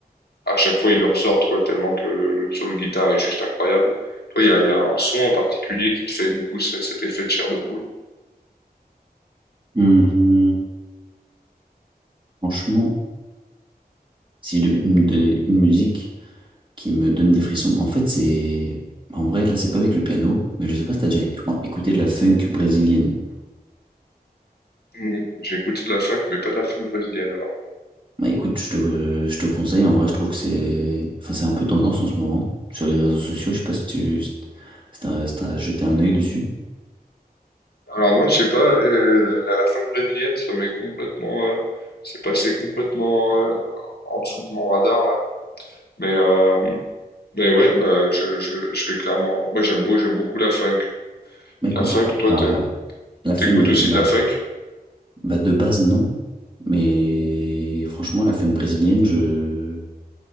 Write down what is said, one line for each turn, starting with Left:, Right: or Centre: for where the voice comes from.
Left: à chaque fois, ils le ressortent, quoi, tellement que le, le solo de guitare est juste incroyable. Toi, il y a, il y a un son en particulier qui te fait, du coup, ce- cet effet de chair de poule.
Right: Hum, franchement, si je devais une- me donner une musique qui me donne des frissons, en fait, c'est. En vrai, là, c'est pas avec le piano, mais je sais pas si t'as déjà écouté de la funk brésilienne.
Left: Mhm. J'ai écouté de la funk, mais pas de la funk brésilienne, alors.
Right: Bah écoute, je te, je te conseille, en vrai, je trouve que c'est. Enfin, c'est un peu tendance en ce moment. Sur les réseaux sociaux, je sais pas si tu. Si t'as si t'as jeté un œil dessus.
Left: Alors, non, je sais pas, euh, la, la funk brésilienne, ça m'est complètement, euh, c'est passé complètement, euh, en dessous de mon radar, là. Mais, euh, mais ouais, bah, je, je, je vais clairement. Moi, j'aime beau, j'aime beaucoup la funk.
Right: Bah écoute,
Left: La funk,
Right: en-
Left: toi,
Right: la
Left: t'es-
Right: la
Left: t'écoutes
Right: funk brésilienne.
Left: aussi de la funk?
Right: Bah de base non, mais franchement la funk brésilienne, je...